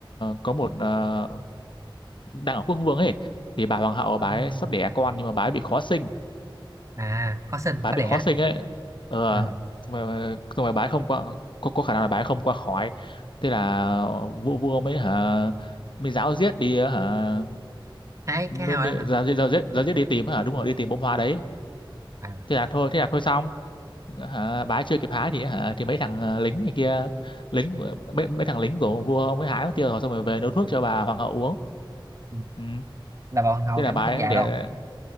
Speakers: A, on the left (about 65°); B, on the right (about 35°).
A: có một ờ, đang ở quốc vương ấy thì bà hoàng hậu
B: có-
A: bà ấy sắp đẻ con nhưng mà bà ấy bị khó sinh
B: à có sinh
A: bái
B: có
A: bị
B: đẻ
A: khó sinh ấy ờ
B: ừ
A: xong rồi xong rồi bái không qua có, có khả năng là bái không qua khỏi thế là vua vua mới hả mới giáo giết đi hả
B: hai
A: mới,
B: cái nào
A: mới
B: đó hả
A: giáo giết giáo giết giáo giết đi tìm hả đúng rồi đi tìm bông hoa đấy
B: à.
A: thế là thôi thế là thôi xong hả bái chưa kịp hái thì hả thì mấy thằng ờ, lính này kia lính của- mấy mấy thằng lính của vua ông ấy hái mất tiêu rồi xong rồi về nấu thuốc cho bà hoàng hậu uống
B: ừ.
A: ừ.
B: là bà hoàng hậu
A: thế là
B: trẻ mắt
A: bái
B: không già
A: đẻ
B: đâu